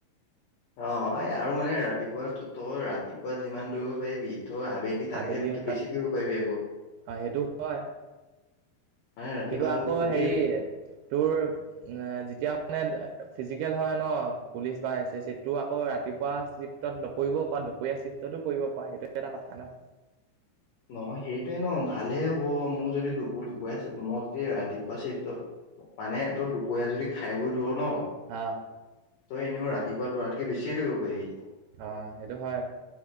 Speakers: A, on the left (about 60°); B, on the right (about 80°).
A: অ' এ আৰু মানে ৰাতিপুৱা ত-তই ৰাতিপুৱা যিমান দৌৰিব পাৰিবি তই আবেল লি তাতকে
B: আবেলি
A: <unintelligible>
B: তাত
A: বেছি দৌৰিব পাৰিবি আকৌ।
B: অ সেইটো হয়
A: মানে ৰাতিপুৱা
B: কিন্তু আকৌ
A: তোৰ গোটেই
B: হেৰি তোৰ যেতিয়া মানে ফিজিকেল হয় ন, পুলিচ বা এছ এছ চি ত, তোৰ আকৌ ৰাতিপুৱা স্লিপ টত নপৰিব পৰা দুপৰীয়া চিফটতো পৰিব পাৰ সেইটো এটা কথা ন'।
A: নহয় সেইটোৱে ন' ভালহে হ'ব মোৰ যদি দু-দুপৰীয়া চিফ্ট মই যদি ৰাতিপুৱা চিফটত মানে তোৰ দুপৰীয়া যদি খাই বৈ দৌৰ ন'
B: আহ,
A: ত' এনেও ৰাতিপুৱা দৌৰাতকে বেছিয়ে দৌৰিব পাৰিবি।
B: অ' সেইটো হয়।